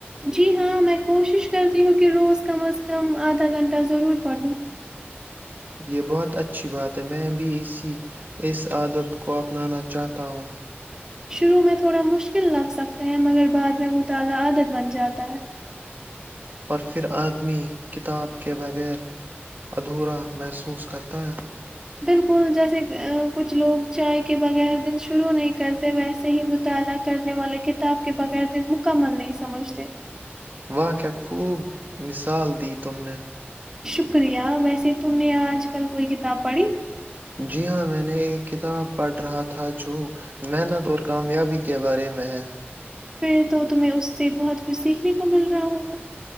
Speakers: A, on the right; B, on the right.
A: جی ہاں میں کوشش کرتی ہوں کہ روز کم از کم آدھا گھنٹہ ضرور پڑھوں
B: یہ بہت اچھی بات ہے میں بھی اسی اس عادت کو اپنانا چاہتا ہوں
A: شروع میں تھوڑا مشکل لگ سکتے ہیں مگر بعد میں مطالعہ عادت بن جاتا ہے
B: اور پھر آدمی کتاب کے بغیر ادھورا محسوس کرتا ہے
A: بالکل جیسے کچھ لوگ چائے کے بغیر دن شروع نہیں کرتے ویسے ہی مطالعہ کرنے والے کتاب کے بغیر دن مکمل نہیں سمجھتے
B: واہ کیا خوب مثال دی تم نے
A: شکریہ ویسے تم نے آج کل کوئی کتاب پڑھی
B: جی ہاں میں نے ایک کتاب پڑھ رہا تھا جو محنت اور کامیابی کے بارے میں ہے
A: پھر تو ت اس سے بہت کچھ سیکھنے کو مل رہا ہووںگا